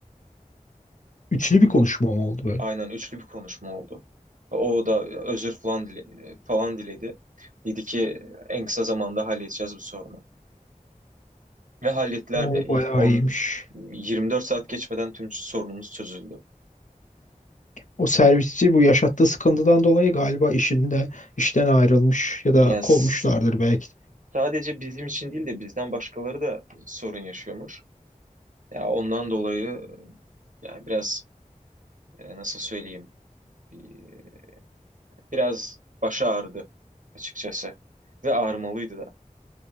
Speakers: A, on the left; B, on the right.
A: Üçlü bir konuşma mı oldu böyle?
B: Aynen üçlü bir konuşma oldu. O da özür falan dile falan diledi. Dedi ki en kısa zamanda halledeceğiz bu sorunu. Ve hallettiler
A: O
B: de
A: bayağı
B: 10
A: iyiymiş.
B: 24 saat geçmeden tüm sorunumuz çözüldü.
A: O servisçi bu yaşattığı sıkıntıdan dolayı galiba işinde işten ayrılmış ya da
B: Yani
A: kovmuşlardır
B: s-
A: belki
B: sadece bizim için değil de bizden başkaları da sorun yaşıyormuş. Ya ondan dolayı yani biraz e, nasıl söyleyeyim bir- biraz başı ağrıdı açıkçası ve ağrımalıydı da.